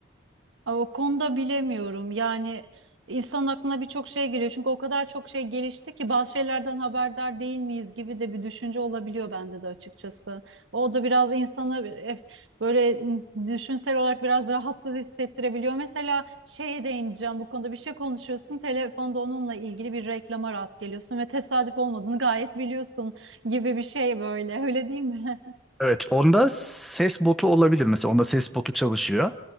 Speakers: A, on the right; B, in the centre.
A: Ay, O konuda bilemiyorum. Yani insan aklına birçok şey geliyor. Çünkü o kadar çok şey gelişti ki bazı şeylerden haberdar değil miyiz gibi de bir düşünce olabiliyor bende de açıkçası. O da biraz insanı eh, böyle mm, düşünsel olarak biraz rahatsız hissettirebiliyor. Mesela şeye değineceğim bu konuda bir şey konuşuyorsun. Telefonda onunla ilgili bir reklama rast geliyorsun ve tesadüf olmadığını gayet biliyorsun gibi bir şey böyle. Öyle değil mi? <laughs>
B: Evet, onda ses botu olabilir mesela. Onda ses botu çalışıyor.